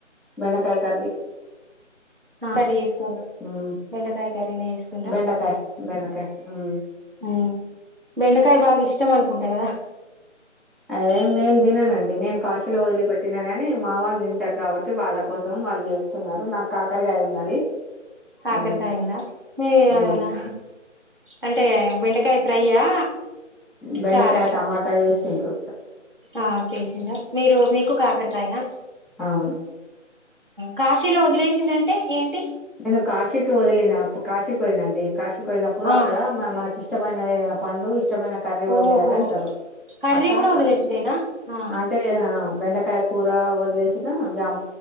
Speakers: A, in the centre; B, on the right.
A: బెండకాయ కర్రీ
B: ఏం కర్రీ చేస్తుండ్రూ
A: మ్మ్
B: బెండకాయ కర్రీనే చేస్తుండ్ర
A: బెండకాయ బెండకాయ మ్మ్
B: ఉమ్ బెండకాయ బాగా ఇష్టం అనుకుంటా కదా
A: అదే నేను తిననండి నేను కాశిలో వదిలిపెట్టినా గాని మా వాళ్ళు తింటారు కాబట్టి వాళ్ళ కోసం వాళ్ళు చేస్తున్నారు నాకు కాకరకాయ ఉన్నది
B: కాకరకాయ
A: మ్మ్
B: ఉందా మీరునా
A: మ్మ్
B: అంటే బండకాయ ఫ్రైయా
A: బెండకాయ
B: చారా
A: టమాటా ఏ సిండు
B: ఆ చేసిండా మీరు మీకు కాకరకాయెనా
A: అవును
B: కాక మద్యలొ వదిలేసిండు అంటే ఏంటి
A: నేను కాశీకి వదిలినా కాశీకి పోయినండి కాశీకి పోయినప్పుడు
B: ఆ
A: అక్కడ మనకు ఇష్టమైనవి ఏవాన్నా పండు ఇష్టమైన కర్రీ వదిలేయాలంటారు
B: ఓహో కర్రీ
A: అట్లాక్క
B: కూడా వదిలేసుడేనా ఆ
A: అంటే నా బెండకాయ కూర వదిలేసిన జామ్